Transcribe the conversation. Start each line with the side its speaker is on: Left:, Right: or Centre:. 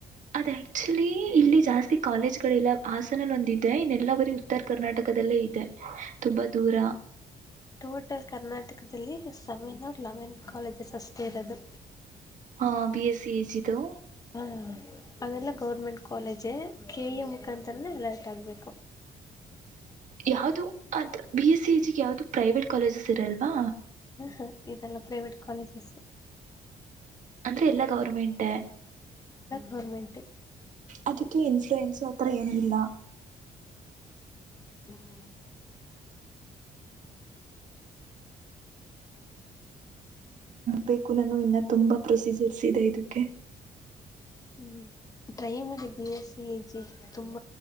Right: ಅದ ಆಕ್ಚುಲಿ ಇಲ್ಲಿ ಜಾಸ್ತಿ ಕಾಲೇಜಗಳಿಲ್ಲ ಹಾಸನ ಅಲ್ಲಿ ಒಂದಿದೆ ಇನ್ನೆಲ್ಲಾ ಬರಿ ಉತ್ತರ ಕರ್ನಾಟಕದಲ್ಲೇ ಇದೆ ತುಂಬಾ ದೂರ
Left: ಟೋಟಲ್ ಕರ್ನಾಟಕದಲ್ಲಿ ಸೆವೆನ್ ಆರ್ ಲೆವೆನ್ ಕಾಲೇಜಸ್ ಅಷ್ಟೇ ಇರೋದು
Right: ಹ ಬಿ ಎಸ್ ಸಿ ಎ ಜ ತ
Left: ಹಾ ಅವೆಲ್ಲ ಗೌರ್ಮೆಂಟ್ ಕಾಲೇಜೆ ಕೆ ಎ ಮುಖಾಂತರನ ಅಲರ್ಟ್ ಆಗ್ಬೇಕು
Right: ಯಾವು್ದ ಅದು ಬಿ ಎಸ್ ಸಿ ಜಿಗೆ ಯಾವ್ದ ಪ್ರೈವೇಟ್ ಕಾಲೇಜಸ್ ಇರಲ್ವಾ
Left: ಹ ಹ ಇದೆಲ್ಲ ಪ್ರೈವೇಟ್ ಕಾಲೇಜಸ್
Right: ಅಂದ್ರೆ ಎಲ್ಲಾ ಗವರ್ಮೆಂಟ್
Left: ಗೋರ್ಮೆಂಟ್
Right: ಅದಕ್ಕೆ ಇನ್ಫ್ಲಯನ್ಸು ಅತ್ರ ಏನಿಲ್ಲ
Left: ಇ
Right: ಬೇಕು ನಾನು ಇನ್ನ ತುಂಬಾ ಪ್ರೊಸೀಜರ್ಸ್ ಇದೆ ಇದಕ್ಕೆ
Left: ಹ್ಮ್ ಟ್ರೈ ಮಾಡಿ B S C A G ತುಂಬ